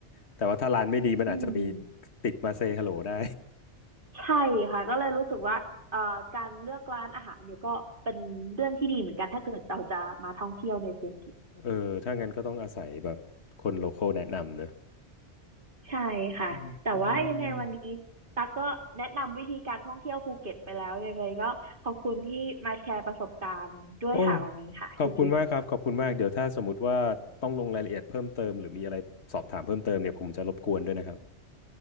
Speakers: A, on the left; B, on the right.
A: แต่ว่าถ้าร้านไม่ดีมันอาจจะมี
B: อืม
A: ติดมาเซฮัลโหลได้
B: ใช่ค่ะก็เลยรู้สึกว่าเอ่อการเลือกร้านอาหารเนี่ยก็เป็นเรื่องที่ดีเหมือนกันถ้าเกิดเราจะมาท่องเที่ยวในภูเก็ต
A: <laughs> เออ ถ้างั้นก็ต้องอาศัยแบบคนโลคอลแนะนำเนอะ
B: ใช่ค่ะแต่ว่ายังไงวันนี้
A: อืมอืม
B: ตั๊กก็แนะนำวิธีการท่องเที่ยวภูเก็ตไปแล้วยังไงก็ขอบคุณที่มาแชร์ประสบการณ์ด้วยค่ะวันนี้ค่ะพี่คิด
A: โอ้ขอบคุณมากครับขอบคุณมากเดี๋ยวถ้าสมมติว่าต้องลงรายละเอียดเพิ่มเติมหรือมีอะไรสอบถามเพิ่มเติมเนี่ยผมจะรบกวนด้วยนะครับ